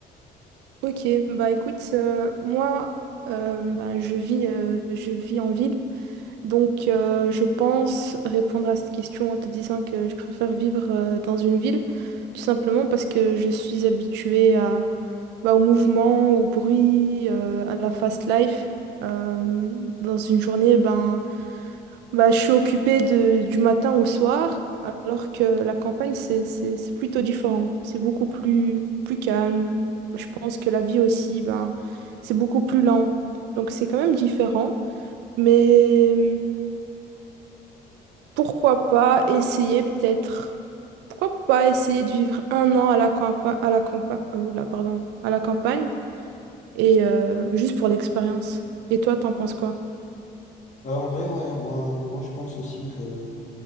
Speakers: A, on the right; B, on the left.
A: ok, bah écoute, euh, moi euh, bah, je vis, euh, je vis en ville, donc euh, je pense répondre à cette question en te disant que je préfère vivre euh, dans une ville, tout simplement parce que je suis habituée à, bah, au mouvement, au bruit, euh, à la fast life. Euh, dans une journée, ben Bah, je suis occupée de, du matin au soir, alors que la campagne, c'est, c'est, c'est plutôt différent. C'est beaucoup plus, plus calme. Je pense que la vie aussi, ben, c'est beaucoup plus lent. Donc c'est quand même différent. Mais euh, pourquoi pas essayer peut-être... Pourquoi pas essayer de vivre un an à la campagne, à la campa- oula, pardon, à la campagne et euh, juste pour l'expérience. Et toi, t'en penses quoi?
B: Euh, en vrai, ouais, moi, moi, je pense aussi que,